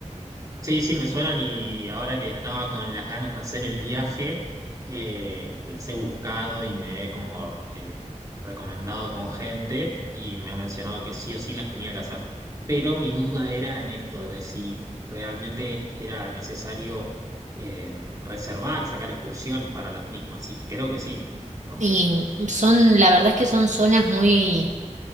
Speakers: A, on the right; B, on the right.
A: Sí, sí, me suenan y ahora que estaba con las ganas de hacer el viaje, eh, los he buscado y me he como eh, recomendado con gente y me ha mencionado que sí o sí las tenía que hacer. Pero mi duda era en esto de si realmente era necesario eh, reservar, sacar excursiones para las mismas. Y creo que sí. ¿no?
B: Y son, la verdad es que son zonas muy